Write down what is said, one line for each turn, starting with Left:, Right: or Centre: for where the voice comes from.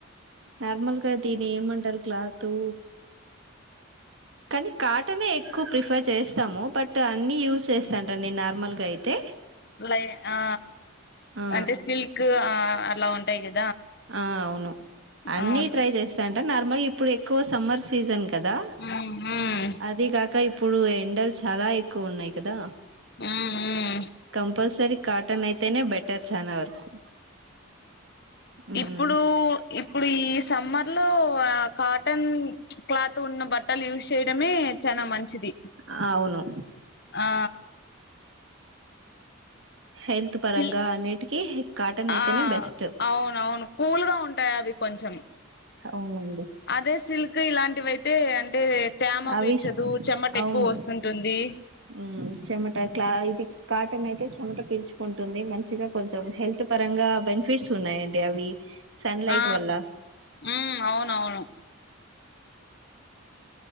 Right: నార్మల్గా దీని ఏమంటారు క్లాతు కానీ కాటనే ఎక్కువ ప్రిఫర్ చేస్తాము బట్ అన్ని యూస్ చేస్తాంట నేను నార్మల్గా అయితే
Left: లై ఆ
Right: ఆ
Left: అంటే సిల్క్ ఆ అలా ఉంటాయి కదా
Right: ఆ అవును అన్నీ
Left: అవును
Right: ట్రై చేస్తాంట నార్మల్గా ఇప్పుడు ఎక్కువ సమ్మర్ సీజన్ కదా
Left: ఉమ్ ఉమ్
Right: అది కాక ఇప్పుడు ఎండలు చాలా ఎక్కువ ఉన్నాయి కదా
Left: మ్మ్ మ్మ్
Right: కంపల్సరీ కాటన్ అయితేనే బెటర్ చాలా వరకు మ్మ్
Left: ఇప్పుడు ఇప్పుడు ఈ సమ్మర్ లో ఎక్కువ కాటన్ క్లాత్ ఉన్న బట్టలు యూస్ చేయడమే చాల మంచిది
Right: ఆ అవును
Left: ఆ
Right: హెల్త్ పరంగా
Left: సిల్
Right: అన్నిటికీ కాటన్ అయితేనే
Left: ఆ
Right: బెస్ట్
Left: అవును అవును కూల్గా ఉంటాయి అవి కొ కొంచం
Right: అవునండి
Left: అదే సిల్క్ ఇలాంటివయితే అంటే తేమ
Right: అవి
Left: పీల్చదు
Right: స్-
Left: చెమట
Right: అవును
Left: ఎక్కువ వస్తుంటుంది
Right: మ్మ్ చెమట క్లా ఇది కాటన్ అయితే చెమట పీల్చుకుంటుంది మంచిగా కొంచెం హెల్త్ పరంగా బెనిఫిట్స్ ఉన్నాయండి అవి సన్లైట్
Left: ఆ
Right: వల్ల
Left: ఉమ్ అవునవును